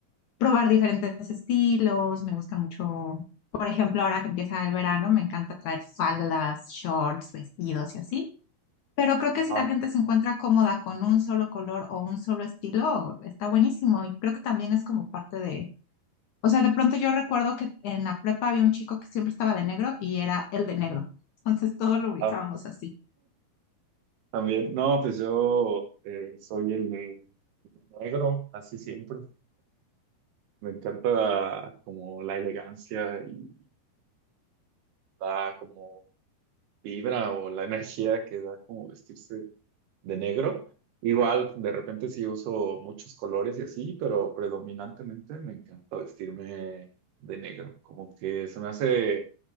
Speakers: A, on the left (about 70°); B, on the right (about 80°).
A: probar diferentes estilos, me gusta mucho, por ejemplo, ahora que empieza el verano, me encanta traer faldas, shorts, vestidos y así. Pero creo que
B: Ajá,
A: si la gente se encuentra cómoda con un solo color o un solo estilo, está buenísimo. Y creo que también es como parte de, o sea, de pronto yo recuerdo que en la prepa había un chico que siempre estaba de negro y era el de negro. Entonces todos lo ubicábamos
B: ajá.
A: así.
B: También, no, pues yo eh, soy el de negro, así siempre. Me encanta como la elegancia y la como vibra o la energía que da como vestirse de negro. Igual, de repente sí uso muchos colores y así, pero predominantemente me encanta vestirme de negro. Como que se me hace